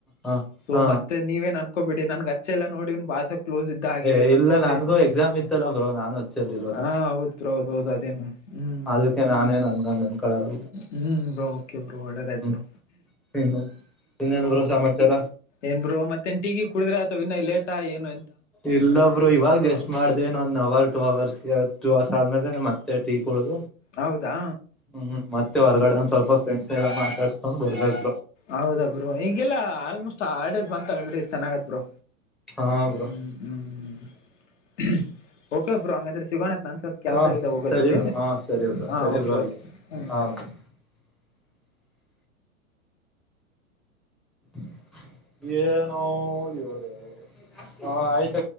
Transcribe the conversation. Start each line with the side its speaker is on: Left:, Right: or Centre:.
Centre: ಹ
Left: ಸೊ
Centre: ಹ
Left: ಮತ್ತೆ ನೀವೇನ್ ಅನ್ಕೋಬ ಬಿಡಿ ನನ್ಗೆ ಅಚ್ಚೆ ಎಲ್ಲಾ ನೋಡನ್ ಬಾಜ ಕ್ಲೋಸ್ ಇದ್ದ ಹಾಗೀಗದ್
Centre: ಏ
Left: ನನ್
Centre: ಇಲ್ಲ
Left: ಮತ್ತೆ
Centre: ನನ್ಗೂ ಎಕ್ಸಾಮ್ ಇತ್ತಲ್ಲ ಬ್ರೋ ನಾನು ಹಚ್ಚಲ್ಲಿಲ್ಲಲ್ಲ
Left: ಹಾ ಹೌದ್ ಬ್ರೋ ಹೌದ್ ಹೌದು ಅದೇನು ಹ್ಮ್
Centre: ಅದಕ್ಕೆ ನಾನೇನ್ ನನ್ಗಂಗ ಅನ್ಕಳಲ್ಲ
Left: ಹ್ಮ್ ಬ್ರೋ ಕೆ ಬ್ರೋ ಒಳ್ಳೆದಾಯ್ತ್
Centre: ಹ್ಮ್
Left: ಬ್ರೋ
Centre: ಇನ್ನು ಇನ್ನೇನ್ ಬ್ರೋ ಸಮಾಚಾರ
Left: ಏನ್ರು ಮತ್ತೆ ನ್ ಟೀಗಿ ಕುಡಿದ್ರೆ ಆತ ಇನ್ನ ಲೇಟಾ ಏನು
Centre: ಇಲ್ಲಬ್ರು ಇವಾಗ ಜಸ್ಟ್ ಮಾಡ್ದ ಇನ್ದ್ ಅವರ್ ಟು ಅವರ್ರ್ಸ್ ಆದ್ಮೇಲೆ ಮತ್ತೆ ಟೀ ಳ
Left: ಹೌದಾ
Centre: ಹ್ಮ್ ಮತ್ತೆ ಹೊರ್ಗಡೆ
Left: ಹ್ಮ್
Centre: ಸ್ವಲ್ಪ ಫ್ರೆಂಡ್ಸ್ ಎಲ್ಲ ಮಾತಾಡ್ಸ್ಕೊಂಡ್ ಬರ್ಬೇಕ
Left: ಹೌದ ಬ್ರೂ ಈಗೆಲ್ಲಾ ಆಲ್ಮೋಸ್ಟ್ ಹಾಲ್ಡೇಸ್ ಬಂತಲ್ಲ ಬಿಡಿ ಚೆನ್ನಾಗದ್ರು
Centre: ಹಾ
Left: ಹ್ಮ್
Centre: ಬ್ರೋ
Left: ಹ್ಮ್ ಹ್ಮ್ ಓಕೆಬ್ರು ಹಂಗಾದ್ರೆ ಸಿಗೋಣ ನಾನು ಸ್ವಲ್ಪ ಕೆಲಸ
Centre: ಹಾ
Left: ಆಗುತ್ತ ಹೋಗೋದಕ್ಕೆ
Centre: ಸರಿ ಬ್ರೋ ಹಾ ಸರಿ ಬ್ರೋ
Left: ಹಾ
Centre: ಸರಿ
Left: ಓಕೆ
Centre: ಬ್ರೋ ಆಯ್ತು
Left: ಓಕೆ ಹ
Centre: ಹಾ
Left: ಸರಿ
Centre: <inaudible> <inaudible> ಏ ನೋ ಹಓದವ್ರೇ ಆಯ್ತ